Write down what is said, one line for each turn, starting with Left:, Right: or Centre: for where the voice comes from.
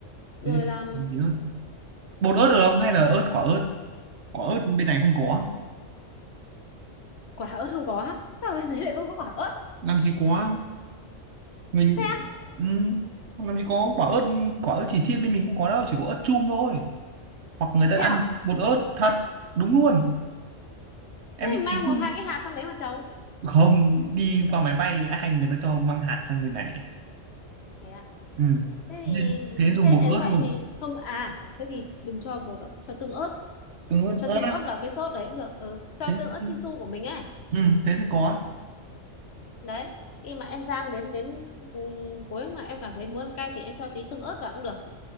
Left: rồi
Right: thế thì phải
Left: làm
Right: cho thêm tí ớt bột ớt được không hay là ớt quả ớt quả ớt bên này không có
Left: quả ớt không có sao bên đấy lại không có quả ớt
Right: làm gì có mình
Left: thế á
Right: ừ, làm gì có quả ớt quả ớt chỉ thiên bên mình không có đâu chỉ có ớt chum thôi hoặc người ta
Left: thế
Right: ăn
Left: à
Right: bột ớt thật đúng luôn em
Left: thế
Right: đi
Left: thì mang
Right: tìm
Left: một hai cái hạt sang đấy mà trồng
Right: không đi qua máy bay ai người ta cho mang hạt sang bên này
Left: thế à
Right: ừ.
Left: thế
Right: thế
Left: thì
Right: nên thế nên dùng
Left: thế
Right: bột
Left: nếu
Right: ớt
Left: vậy
Right: luôn
Left: thì không à thế thì đừng cho bột ớt, cho tương ớt
Right: tương ớt
Left: cho
Right: ớt
Left: tương ớt vào cái sốt đấy cũng được ừ, cho
Right: thế
Left: tương ớt chinsu của mình ấy
Right: ừ, thế thì có
Left: đấy khi mà em rang đến đến ừ, cuối mà em cảm thấy muốn ăn cay thì em cho tí tương ớt vào cũng được